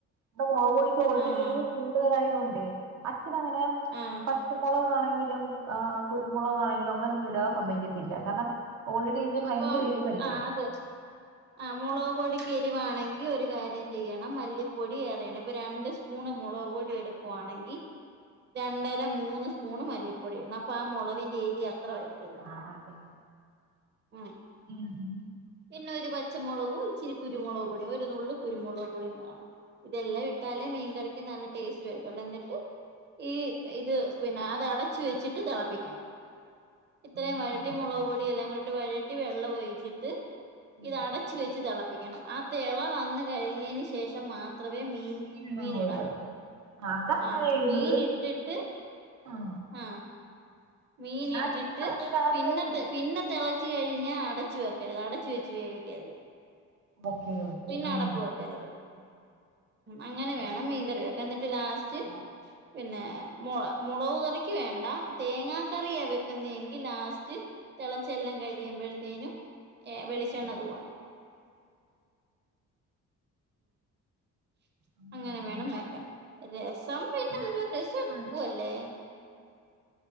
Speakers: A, on the right; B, on the right.
A: ഇവിടെ മുളക്പൊടിക്ക് ഓൾറെഡി
B: ആഹ്
A: എരിവ് കൂടുതലായതോണ്ട് ഏ അച്ഛനങ്ങനെ
B: ആഹ്
A: പച്ചകളാരാണെങ്കിലും ആ കുരുമുളകാണെങ്കിലും അങ്ങനെ ഒന്നും ഇടാൻ സമ്മയിക്കത്തില്ല കാരണം ഓൾറെഡി ഇതിന് ഭയങ്കര
B: ഇപ്പം
A: എരിവല്ലേ
B: ആ അത് ആമുളക് പൊടി എരിവാണെങ്കിൽ ഒരു കാര്യം ചെയ്യണം മല്ലിപ്പൊടി ഏറയണം ഇപ്പോൾ രണ്ട് സ്പൂണ് മുളക് പൊടി എടുക്കുവാണ് ങ്കി രണ്ടര മൂന്ന് സ്പൂണ് മല്ലിപ്പൊടിയിടണം അപ്പൊ ആ മുളവിന്റെ എരി <inaudible>
A: ആഹ് അതെ.
B: ആ
A: ഉം
B: പിന്നെ ഒരു പച്ചമുളകും ഇത്തിരി കുരുമുളകും <inaudible> ഒരു നുള് കുരുമുളക് പൊടിയും കാണണം ഇതെല്ലാം ഇട്ടാലേ മീൻകറിക്ക് നല്ല ടേസ്റ്റ് വരുത്തൊള്ളൂ എന്നിട്ട് ഈ ഇത് പിന്നെ അത് അടച്ചു വെച്ചിട്ട് തിളപ്പിക്കണം ഇത്രയും
A: അങ്ങനാണല്ലേ
B: വഴട്ടി മുളക് പൊടിയ എല്ലാം കൂടിട്ട് വഴട്ടി വെള്ളം ഒഴിച്ചിട്ട്
A: ഉം.
B: ഇത് അടച്ച് വെച്ച് തിളപ്പിക്കണം ആ തിള വന്ന കഴിഞ്ഞതിന് ശേഷം മാത്രം മീൻ
A: മീനിടാവൊള്ള്
B: മീൻ ഇടാവൂ
A: അതങ്ങനെ
B: ആ
A: എഴുന്നത്
B: മീൻ ഇട്ടിട്ട്
A: ആഹ്
B: ആ മീൻ
A: ഞാൻ
B: ഇട്ടിട്ട്
A: ഈ പറഞ്ഞതിനകത്ത്
B: പിന്നെ
A: തന്നെ
B: പിന്നെ തിളച്ച കഴിഞ്ഞ അട അടച്ചു വെച്ച് വേവിക്കരുത്
A: ഓക്കെ ഓക്കെ
B: പിന്നെ
A: അങ്ങനെ
B: അടപ്പ് വെക്കരുത് അങ്ങനെ
A: ആഹ്
B: വേണം മീൻകറി വെയ്ക്കാൻ എന്നിട്ട് ലാസ്റ്റ്
A: ആഹ്
B: പിന്നെ മുളക് കറിയ്ക്ക് വേണ്ട തേങ്ങക്കറിയാ വെക്കുന്നതെങ്കിൽ ലാസ്റ്റ് തിളചെല്ലാം കഴിയുമ്പോഴത്തേനും വെളിച്ചെണ്ണ
A: ഓഹ്
B: തൂപണം <inaudible>
A: അങ്ങനല്ലേ
B: അങ്ങനെ വേണം
A: ഞാൻ
B: വെയ്ക്കാൻ രസം പിന്നെ
A: ഞാനിങ്ങനെ
B: എന്തോ രസം
A: ഈ കടുകും
B: എളുപ്പമല്ലേ